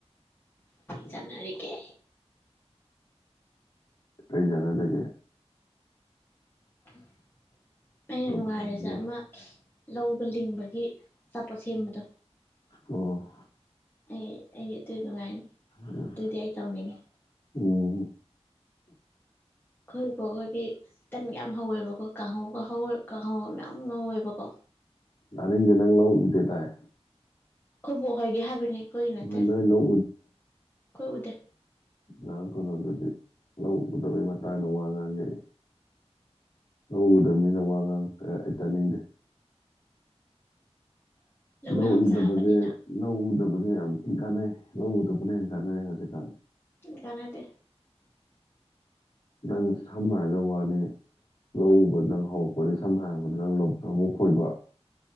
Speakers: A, on the left; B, on the left.
A: ꯆꯥꯅꯔꯤꯒꯦ
B: ꯀꯩꯆꯅꯗꯒꯦ
A: <unintelligible> ꯑꯩꯅ
B: ꯑꯝꯇ
A: ꯅꯨꯡꯉꯥꯏꯔꯤꯖꯦ
B: ꯍꯥꯏꯕꯅꯤ ꯂꯧ
A: ꯑꯃ ꯂꯧꯒ ꯂꯤꯡꯕꯒꯤ ꯑꯆꯥꯄꯣꯠ ꯁꯦꯝꯕꯗꯣ
B: ꯑꯣ
A: ꯑꯩ ꯑꯩ ꯑꯗꯨ ꯅꯨꯡꯉꯥꯏꯅꯤ
B: ꯎꯝ
A: ꯑꯗꯨꯗꯤ ꯑꯩ ꯇꯧꯅꯤꯡꯉꯦ
B: ꯎꯝ
A: ꯈꯣꯏ ꯕꯣꯛꯍꯣꯏꯒꯤ ꯇꯟꯒ ꯌꯥꯝ ꯍꯧꯋꯦꯕꯀꯣ ꯀꯥꯡꯍꯧꯒ ꯍꯧꯋꯦ ꯀꯥꯡꯍꯧꯒ ꯃꯌꯥꯝ ꯉꯥꯎꯋꯦꯕꯀꯣ
B: ꯇꯅꯤꯡꯗꯦ ꯅꯪ ꯂꯧ ꯎꯗꯦꯗꯥꯏ
A: ꯈꯣꯏꯕꯣꯛꯍꯣꯏꯒꯤ ꯍꯥꯏꯕꯅꯤ ꯈꯣꯏꯒꯤ ꯅꯠꯇꯦ
B: ꯅꯣꯏ ꯅꯣꯏ ꯂꯧ
A: ꯈꯣꯏ ꯎꯗꯦ
B: ꯂꯪꯉꯥꯛꯀꯅꯣ ꯑꯗꯨꯗꯤ ꯂꯧ ꯎꯗꯕꯩ ꯃꯇꯥꯡꯗ ꯋꯥ ꯉꯥꯡꯒꯦ ꯑꯩ ꯂꯧ ꯎꯗꯝꯃꯤꯅ ꯋꯥ ꯉꯥꯡ ꯑꯩ ꯇꯅꯤꯡꯗꯦ ꯂꯧ
A: ꯌꯥꯝ
B: ꯎꯗꯕꯖꯦ
A: ꯆꯥꯕꯅꯤꯅ
B: ꯂꯧ ꯎꯗꯕꯖꯦ ꯌꯥꯝ ꯊꯤ ꯀꯥꯟꯅꯩ ꯂꯧ ꯎꯗꯕꯅ ꯍꯦꯟꯅ ꯀꯥꯟꯅꯩ ꯍꯧꯖꯤꯛꯀꯥꯟ
A: ꯀꯥꯅꯗꯦ
B: ꯅꯪ ꯁꯝꯅ ꯍꯥꯏꯖ ꯋꯥꯅꯤ ꯂꯧ ꯎꯕ ꯅꯪ ꯍꯧꯔꯛꯄꯗꯩ ꯁꯝꯅ ꯍꯥꯏꯔꯕꯗ ꯅꯪ ꯁꯥꯟꯄꯣꯠ ꯈꯣꯏꯕ